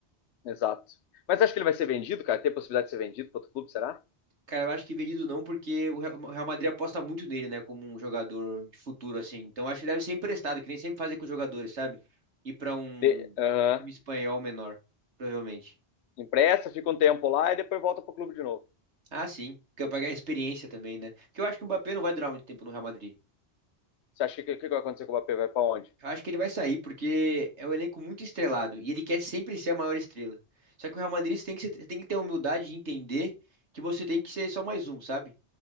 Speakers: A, on the left; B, on the right.
A: Exato. Mas acho que ele vai ser vendido, cara? Tem possibilidade de ser vendido para outro clube, será?
B: Cara, eu acho que vendido não, porque o Real o Real Madrid aposta muito nele, né, como um jogador de futuro, assim. Então acho que deve ser emprestado, que nem sempre fazem com os jogadores, sabe? Ir pra um
A: De, aham.
B: um time espanhol menor, provavelmente.
A: Empresta, fica um tempo lá e depois volta pro clube de novo.
B: Ah, sim, porque eu pagar a experiência também, né? Porque eu acho que o Mbappé não vai durar muito tempo no Real Madrid.
A: Você acha que o que, que vai acontecer com o Mbappé? Vai pra onde?
B: Eu acho que ele vai sair porque é um elenco muito estrelado e ele quer sempre ser a maior estrela. Só que o Real Madrid você tem que, ser- tem que ter a humildade de entender que você tem que ser só mais um, sabe?